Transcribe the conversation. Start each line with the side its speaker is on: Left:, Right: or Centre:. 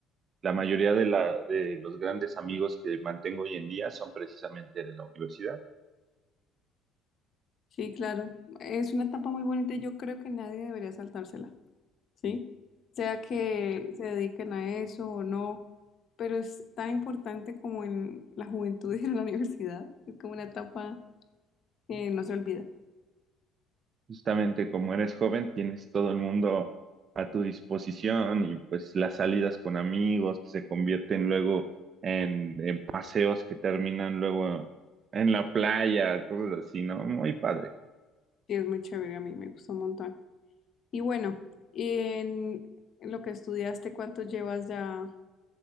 Right: La mayoría de, la, de los grandes amigos que mantengo hoy en día son precisamente de la universidad.
Left: Sí, claro, es una etapa muy bonita y yo creo que nadie debería saltársela. ¿sí? Sea que se dediquen a eso o no, pero es tan importante como en la juventud <laughs> y en la universidad. Es como una etapa que no se olvida.
Right: Justamente como eres joven, tienes todo el mundo a tu disposición y pues las salidas con amigos que se convierten luego en, en paseos que terminan luego en la playa, cosas así, ¿no? Muy padre.
Left: Y es muy chévere, a mí me gustó un montón. Y bueno, en lo que estudiaste, ¿cuánto llevas ya